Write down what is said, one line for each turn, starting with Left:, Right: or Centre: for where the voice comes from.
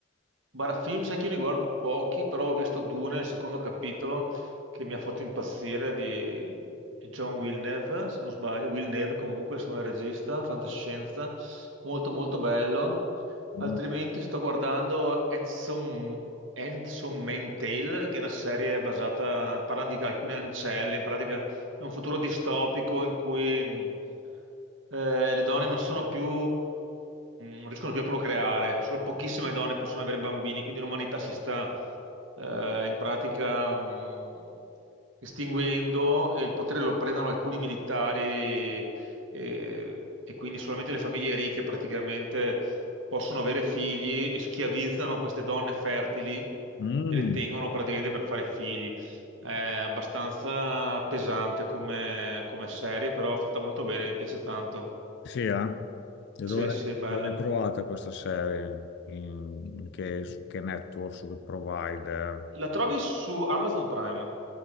Right: Bara film, sai che io ne guardo pochi, però ho visto Dune, il secondo capitolo, che mi ha fatto impazzire di John Villeneuve, se non sbaglio. Villeneuve comunque, insomma, è il regista, fantascienza, molto molto bello.
Left: Mm,
Right: Altrimenti sto guardando Handsome, Handsome Tale, che è una serie basata, parlano di alcune ancelle, in pratica è un futuro distopico in cui mh, eh, le donne non sono più, mh, non riescono più a procreare, solo pochissime donne possono avere bambini, quindi l'umanità si sta eh, in pratica mh, estinguendo e il potere lo prendono alcuni militari e, e quindi solamente le famiglie ricche praticamente possono avere figli e schiavizzano queste donne fertili
Left: Mm,
Right: e le tengono praticamente per fare figli. È abbastanza pesante come, come serie, però fatta molto bene, mi piace tanto.
Left: sì, eh? E
Right: Sì,
Left: dove l'hai
Right: sì, è bella.
Left: dove l'hai trovata questa serie? In, in che, su che network, su che provider?
Right: La trovi su Amazon Prime?